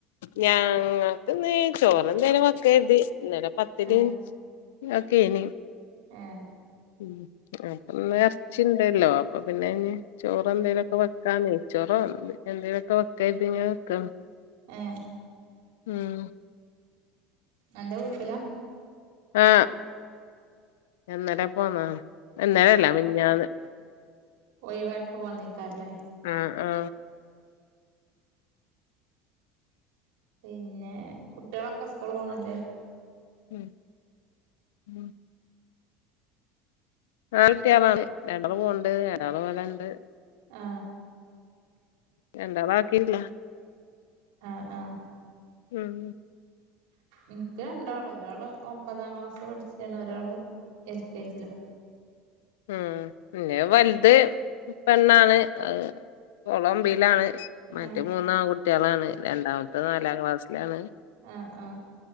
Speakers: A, on the left; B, on the right.
A: ഞങ്ങൾക്ക്ന്ന് ചോറെന്തേനും വക്ക കരുതി ഇന്നലെ പത്തിരി
B: ഏഹ്
A: ഒക്കേന്
B: ഏ
A: ഉം അപ്പൊന്ന് ഇറച്ചിണ്ടല്ലോ അപ്പൊ പിന്നെ ഇനി ചോറ് എന്തേലുമൊക്കെ വെക്കാ നെയ് ചോറോ എ എന്തേലുമൊക്കെ വെക്കാന്ന് കരുതി ഇങ്ങനെ നിക്കാണ്
B: ഏ
A: ഉം
B: എന്റെ വീട്ടിലാ
A: ആ എന്നടേ പോന്നാ. എന്നടെ അല്ലാ മിഞ്ഞാന്ന്.
B: ഒയി വായിപ്പെ വന്ന് നിക്കാറില്ലേ.
A: ആ ആ
B: പിന്നെ കുട്ടികളൊക്കെ സ്കൂൾ പോണല്ലേ
A: ഉം ഉം നാൽകുട്ടികളാണ്. രണ്ടെണ്ണംപോണ്ട് ഒരാള് ഇവിടെണ്ട്
B: ആ
A: രണ്ടാളെ ആക്കീണ്ട്ള
B: ആഹ് ആഹ്
A: ഉം
B: എനിക്ക് രണ്ടാള് ഒരാള് ഒമ്പതാം ക്ലാസ് പഠിച്ച് ണ് ഒരാള് എൽ കെ ജിയിലും.
A: ഉം പിന്നെ വലുത് പെണ്ണാണ് അത് കൊളമ്പിയിലാണ് മറ്റേ
B: ആഹ്
A: മൂന്നാൺകുട്ടികളാണ്. രണ്ടാമത്തെ നാലാം ക്ലാസ്സിലാണ്.
B: ആ ആ